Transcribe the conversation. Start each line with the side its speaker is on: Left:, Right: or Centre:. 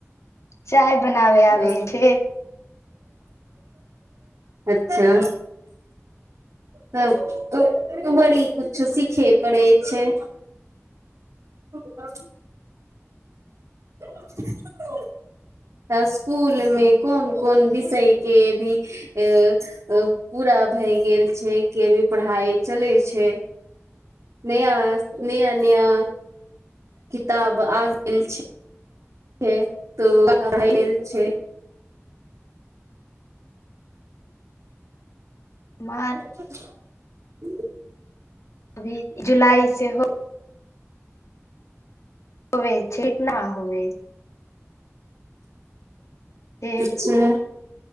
Left: चाय बनावे
Right: ह
Left: आबे छै
Right: अच्छा तब त तरी कुछु सीखे पड़े छैय हो गेलौ <inaudible> त स्कूल मे कोन कोन विषय के अभी अ अ पूरा भए गेल छैय कि अभी पढ़ाइ चलै छैय? नया नया नया किताब आ गेल छैय। छैय त का भैगेल छैय।
Left: हमार
Right: ह
Left: अभी जुलाइ सेहो होबे छैय क न होवे? छै
Right: अच्छा